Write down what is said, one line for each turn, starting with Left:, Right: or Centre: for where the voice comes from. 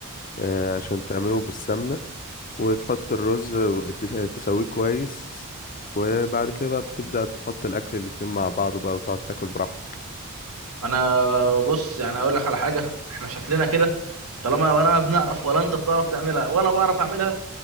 Left: آه،
Right: اه
Left: عشان تعمله بالسمنة وتحط
Right: حلو.
Left: الرز وتس- تسويه كويس وبعد كده بقى بتبدأ تحط الأكل الاتنين مع بعض بقى وتقعد تاكل براحتك
Right: انا بص يعني اقول لك على حاجه احنا شكلنا كده طالما ولا انا بنعرف ولا انت بتعرف تعملها ولا بعرف اعملها